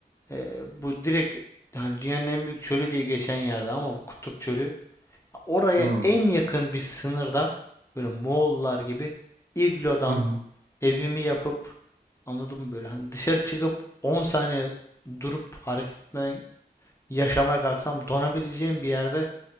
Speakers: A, on the left (about 15°); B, on the right (about 65°).
A: e, bu direkt yani dünyanın en büyük çölü diye geçen yerde ama bu kutup çölü oraya
B: Hmm.
A: en yakın bir sınırda böyle Moğollar gibi iglodan
B: Hı hı.
A: evimi yapıp anladın mı böyle hani dışarı çıkıp 10 saniye durup hareket etmeden yaşamaya kalksam donabileceğim bir yerde